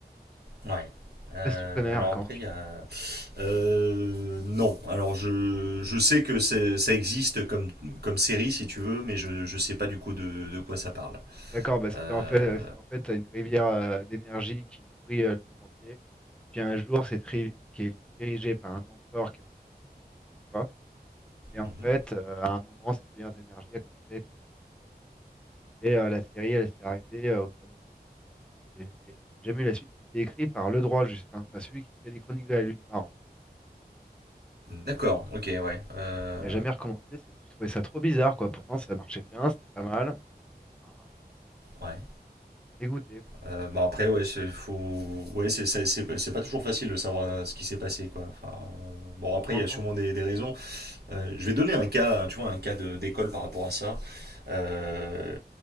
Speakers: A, on the right (about 75°); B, in the centre.
A: Ouais.
B: Je
A: Euh,
B: sais pas si tu connais Archange.
A: alors après, il y a. Euh, non. Alors je, je sais que c'est- ça existe comme, comme série, si tu veux, mais je, je sais pas du coup de, de quoi ça parle.
B: D'accord, bah, c'était
A: Euh,
B: en fait, c'est en fait une rivière euh, d'énergie qui nourrit euh, le monde entier. Puis un jour, cette rive qui est dirigée par un empereur qui est en son centre. tu vois. Et en
A: mhm.
B: fait, euh, à un moment, cette rivière d'énergie a commencé à être corrompue. Et euh, la série, elle s'est arrêtée euh, au tome 2. Et, et il n'y a jamais eu la suite. Et c'est écrit par le droit, juste, enfin, pas celui qui fait les chroniques de la Lune Noire. en fait.
A: D'accord, ok, ouais. Euh,
B: Il n'a jamais recommencé. c'est- J'ai trouvé ça trop bizarre, quoi. Pourtant, ça marchait bien, c'était pas mal. Enfin,
A: ouais.
B: dégoûté, quoi.
A: Euh, bah après, ouais, c'est faut... ouais, c'est- c'est- c'est- c'est pas toujours facile de savoir euh, ce qui s'est passé, quoi. Enfin, euh, bon, après,
B: Non,
A: il y a sûrement
B: non,
A: des, des raisons. Euh, je vais donner un cas, tu vois, un cas de- d'école par rapport à ça. Euh,